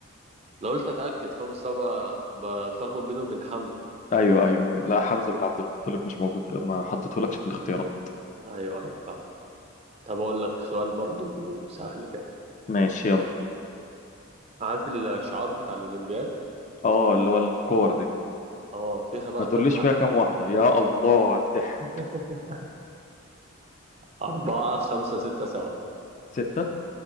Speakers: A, on the right (about 30°); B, on the left (about 35°).
A: أنا قُلت أتأكد فاهم، أصل أنا ب باتلخبط بينه وبين حمزة،
B: ايوه ايوه لا حمزه بن عبد المطلب مش موجود ما حطيتهولكش في الاختيارات
A: إمم، أيوه، أيوه فاهم، طَب أقول لك سؤال برضه سهل كده،
B: ماشي يلا
A: عارف الشعار بتاع الأولمبياد؟
B: اه اللي هو الكور دي
A: اه فيها بقى
B: ما تقوليش
A: كام حلقة
B: فيها كام واحده يا الله على الضحك
A: <laughs> أربعة خمسة ستة سبعة
B: ستة